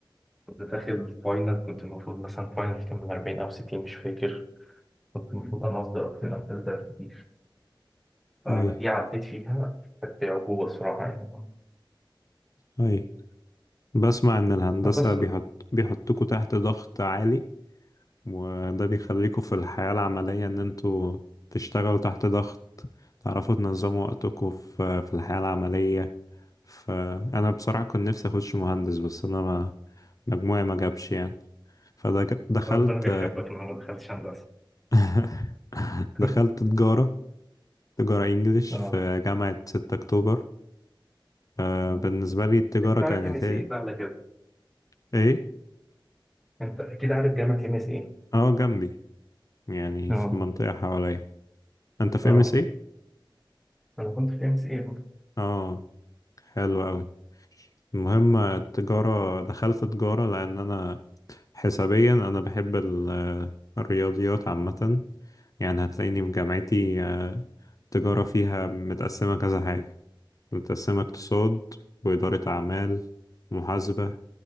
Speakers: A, in the centre; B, on the left.
A: كنت داخل فاينل كنت المفروض مثلا فاينل كان من أربعين أو ستين مش فاكر كنت المفروض أنا أصدر أكتر أو تلاتة كتير فأنا
B: أي
A: دي عديت فيها كانت بعجوبة الصراحة يعني
B: أي بسمع إن الهندسة
A: بس
B: بيحط بيحطكوا تحت ضغط عالي وده بيخليكوا في الحياة العملية إن انتوا تشتغلوا تحت ضغط تعرفوا تنظموا وقتكوا في في الحياة العملية فأنا بصراحة كنت نفسي أخش مهندس بس أنا ما مجموعي ما جابش يعني فدخلت
A: ربنا بيحبك لما ما دخلتش هندسة
B: <laughs>
A: <laughs>
B: دخلت تجارة تجارة إنجليش
A: اه
B: في جامعة 6 أكتوبر آه،
A: آه.
B: بالنسبة لي التجارة
A: انت اكيد
B: كانت
A: عارف ام اس
B: إيه؟
A: ايه بقى على كده
B: إيه؟
A: انت اكيد عارف جامعه ام اس ايه
B: أه جنبي يعني
A: اه
B: في المنطقة حواليا أنت في
A: اه
B: ام اس ايه؟
A: انا كنت في ام اس ايه
B: أه حلو أوي المهم التجارة دخلت تجارة لأن أنا حسابيا أنا بحب ال- الرياضيات عامة يعني هتلاقيني في جامعتي آه، التجارة فيها متقسمة كذا حاجة متقسمة اقتصاد وإدارة أعمال ومحاسبة